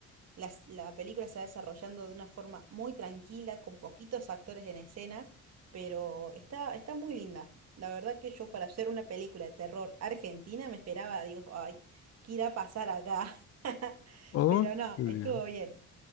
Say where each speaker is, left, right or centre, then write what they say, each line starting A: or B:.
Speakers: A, on the right; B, on the left.
A: las- la película se va desarrollando de una forma muy tranquila, con poquitos actores en escena, pero está, está muy linda. La verdad que yo para hacer una película de terror argentina me esperaba, digo, ay, ¿qué irá a pasar acá? <laughs>
B: Oh,
A: Pero no,
B: muy
A: estuvo
B: bien.
A: bien.